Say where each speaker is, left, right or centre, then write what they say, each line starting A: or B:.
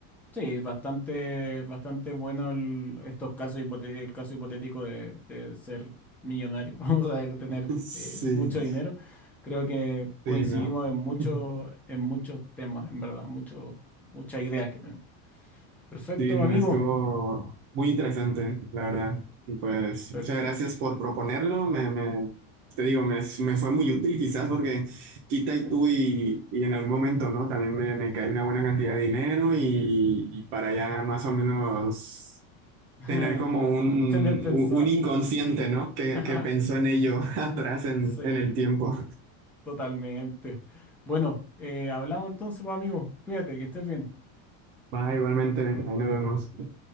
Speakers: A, in the centre; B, on the right.
A: Sí, bastante, bastante bueno el- estos casos, hipote- el caso hipotético de, de ser millonario, <laughs> vamos a tener
B: <laughs>
A: eh, mucho
B: Sí,
A: dinero. Creo que coincidimos
B: sí, ¿no?
A: en muchos,
B: <laughs>
A: en muchos temas, en verdad, mucho, muchas ideas que tenemos. Perfecto,
B: Sí, no,
A: amigo.
B: estuvo muy interesante, la verdad. Y pues
A: Perf-
B: muchas gracias por proponerlo. Me, me- te digo, me, me fue muy útil quizás porque quita y tú y, y en algún momento, ¿no? También me, me cae una buena cantidad de dinero y, y para ya más o menos
A: <laughs>
B: tener como un,
A: Tener pensado.
B: un, un inconsciente, ¿no? Que,
A: <laughs>
B: que pensó en ello <laughs> atrás en,
A: Sí,
B: en el tiempo.
A: totalmente. Bueno, eh, hablamos entonces, pues, amigo. Cuídate, que estés bien.
B: Va, igualmente, ahí nos vemos.